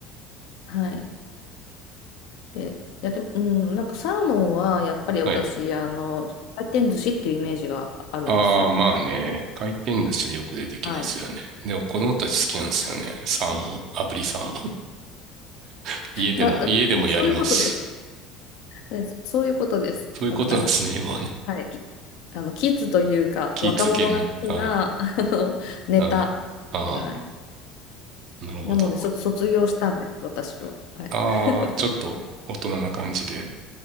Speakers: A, on the left (about 60°); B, on the right (about 50°).
A: はい。で、いや、でも、うん、なんかサーモンは、やっぱり私、
B: はい。
A: あの、回転寿司っていうイメージがあるんですよ。
B: ああ、まあね。回転寿司でよく出てきますよね。
A: はい。
B: でも子供たち好きなんですよね。サーモン、炙りサーモン。<laughs> 家でも、
A: だ、
B: 家でもやります。
A: そういうことです。えそそういうことです。
B: そういうことなんですね、
A: だから、あの、
B: 要はね。
A: はい。きあの、キッズというか、
B: 気付けね。
A: 若者が好きな、
B: はい。
A: <laughs> あの、ネタ。
B: はい。あ
A: はい。
B: あ、なるほど。
A: なので、そ、卒業したんです、私は。はい。
B: ああ、
A: <laughs>
B: ちょっと大人な感じで。